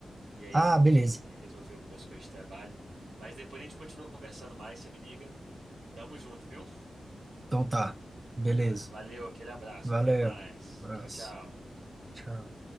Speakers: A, on the right; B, on the right.
A: e aí
B: Ah,
A: eu vou ter
B: beleza.
A: que resolver algumas coisas de trabalho. Mas depois a gente continua conversando mais, você me liga. Tamo junto, viu?
B: Então tá. Beleza.
A: Va- Valeu, aquele abraço,
B: Valeu.
A: até mais.
B: Abraço.
A: Tchau, tchau.
B: Tchau.